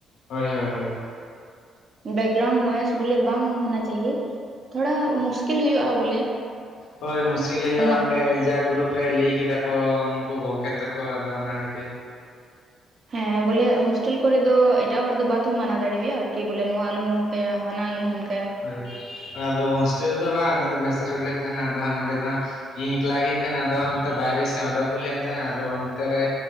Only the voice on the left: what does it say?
ᱦᱳᱭ ᱦᱳᱭ
ᱦᱳᱭ ᱢᱩᱥᱠᱤᱞ ᱦᱩᱭᱩᱜ-ᱟ
ᱚᱸᱰᱮ ᱡᱟ ᱜᱨᱩᱯ ᱨᱮ ᱞᱟᱹᱭ ᱠᱮᱫᱟ ᱠᱚ ᱩᱱᱠᱩ ᱜᱚᱝᱠᱮ ᱛᱟᱠᱚ ᱟᱫᱚ ᱚᱱᱟ ᱠᱷᱟᱹᱛᱤᱨ
ᱦᱳᱭ ᱟᱫᱚ ᱦᱳᱥᱴᱮᱞ ᱨᱮᱫᱚ ᱵᱟᱝ ᱟᱞᱮ ᱫᱚ ᱢᱮᱥ ᱨᱮᱜᱮ ᱞᱮ ᱛᱟᱦᱮᱱᱟ ᱟᱫᱚ ᱦᱟᱸᱜ ᱱᱚᱸᱰᱮ ᱫᱚ ᱦᱟᱸᱜ ᱤᱧ ᱮᱠᱞᱟ ᱜᱤᱧ ᱛᱟᱦᱮᱱᱟ ᱟᱫᱚ ᱦᱟᱜ ᱱᱚᱛᱮ ᱵᱟᱭᱨᱮ ᱥᱮᱫ ᱚᱰᱚᱠ ᱦᱩᱭ ᱞᱮᱱ ᱛᱟᱦᱮᱱᱟ ᱟᱫᱚ ᱚᱱᱛᱮ ᱨᱮ